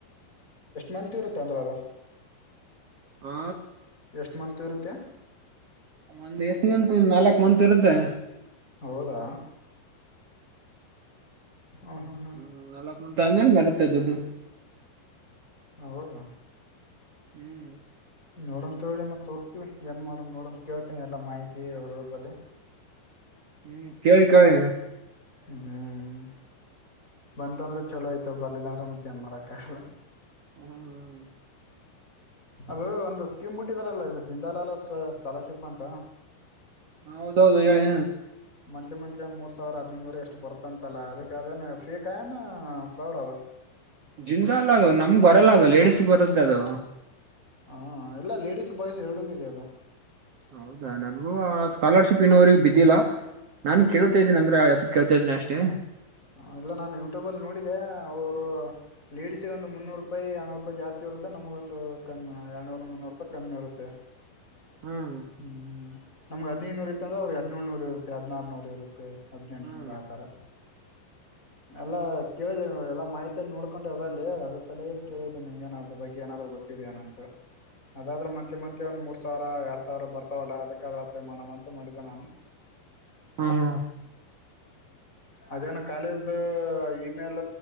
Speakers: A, on the left (about 20°); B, on the right (about 55°).
A: ಮತ್ ಇರುತ್ತೆ ಅಂದ್ರ ಅದ
B: ಆ
A: ಎಷ್ಟು ಮಂತು ಇರುತ್ತೆ
B: ಒಂದ್ ಎಷ್ಟು ಮತ್ ನಾಲ್ಕ್ ಮಂತತ್ ಇರುತ್ತೆ
A: ಹೌದಾ ಹಾಂ ಹಾಂ ಹಾಂ
B: ಹ್ಮ್ ನಾಕ್ ಅ ಮರುತ್ತೆ ದುಡ್ಡು
A: ಹೌೌದದ
B: ಹ್ಮ್
A: ನೋಡಣ ತಗ್ರಿ ಮತ್ ಹೋಗ್ತಿವಿ ಏನ್ ಮಾಡ ನೋಡಣ ಕೇಳ್ತನಿ ಎಲ್ಲಾ ಮಾಹಿತಿ ಅವ್ರ ಬಳಿ
B: ಹ್ಮ್ ಕೇಳ ಕಾಯ
A: ಹ್ಮ್ ಬಂತಂದ್ರೆ ಚೊಲೋ ಆಯ್ತು ಬರ್ಲಿಲ್ಲ ಅಂದ್ರೆ ಮತ್ತೆ ಏನ್ ಮಾಡಕ್ ಆಗಲ್ಲ
B: ಹ್ಮ್
A: ಅದು ಒಂದು ಸ್ಕೀಮ್ ಬಿಟ್ಟಿದಾರಲ್ಲ ಇದು ಜಿಂದಾಲಾಲಾ ಸ್ಕಾಲರ್ಶಿಪ್ ಅಂತ
B: ಹ ಹೌದೌದು ಹೇಳಿ
A: ಮಂತ್ಲಿ ಮಂತ್ಲಿ ಮೂರು ಸಾವಿರ ಹದ್ಿನೈದುವರೆ ಎಷ್ಟು ಬರ್ತಂತಲ್ಲ ಅದಕ್ಕೆ ಅದೇ ಫೇಕಕ್ಯನ ್ರಡ್ ಅದು
B: ಜಿಂದ ಎಲ್ಲ ಅದು ನಮ್ಗ್ ಬರಲ್ಲ ಅದು ಲೇಡಿಸ್ ಬರದ ಅದು
A: ಹಾ ಎಲ್ಲ ಲೇಡಿಸಸ್ ಬಾಯ್ಸ್ ಎರಡೂಗೂ ಇದೆ ಅದು
B: ಹೌದಾ ನನ್ಗೂ ಆಸ್ ಸ್ಕಾಲರ್ಶಿಪ್ ಇನ್ನೋವ್ರಿಗೆ ಬಿದ್ದಿಲ್ಲ ನಾನ್ ಕೇಳ್ತಾ ಇದ್ದೀನಿ ಅಂದ್ರೆ ಅದಕ್ ಅದನ್ ಅಷ್ಟೇ.
A: ಹ ಇಲ್ಲ ನಾನ ಯೂಟ್ಯೂಬಲ್ಲಿ ನೋಡಿದೆ ಅವರು ಲೇಡಿಸಸಿಗೆ ಒಂದು ಮುನ್ನೂರ ರೂಪಾಯಿ ಎಳ್ನೂರು ರೂಪಾಯಿ ಜಾಸ್ತಿ ಇರುತ್ತೆ ನಮಗೊಂದು ಕಮ್ಮ ಎಡನೂರ್, ಮುನ್ನೂರು ರೂಪಾಯಿ ಕಮ್ಮಿ ಇರುತ್ತೆ.
B: ಹ್ಮ್
A: ಹ್ಮ್ ನಮಗ್ ಹದ್ನೈದುನೂರ ಇತ್ತ ಅಂದ್ರೆ ಅವ್ರಿಗೆ ಹದಿನೇಳುನೂರು ಇರುತ್ತೆ, ಹದ್ನಾರನೂರ್ ಇರುತ್ತೆ. ಹದಿನೆಂಟುನೂರ
B: ಹ್ಮ್
A: ಆ ತರಾ. ಎಲ್ಲಾ ಕೇಳಿದೆೇ ಎಲ್ಲಾ ಮಾಹಿತಿಯನ್ನ್ ನೋಡ್ಕೊಂಡು ಇದ್ರಲ್ಲಿ ಅದರ್ ಸಲಹೆ ಕೇಳಿದೆ ನಿಮ್ಗೆನಾದ್ರೂ ಬಗ್ಗೆ ಬಗ್ಗೆ ಏನಾದ್ರು ಗೊತ್ತಿದೆ ಏನಂತ. ಅದಾದ್ರ ಮಂತ್ಲಿ ಮಂತ್ಲಿ ಒಂದ್ ಮೂರ್ ಸಾವಿರ ಎರಡ್ ಸಾವಿರ ಬರ್ತಾವಲ್ಲ ಅದಕ್ ಅದ್ರಾಗ್ ಪೇ ಮಾಡೋಣ ಅಂತ ಮಾಡಿದ್ದೆ ನಾನು.
B: ಹ್ಮು
A: ಅದೇನ ಕಾಲೇಜ್ದ ಅ ಇದ್ ಇಮೇಲ್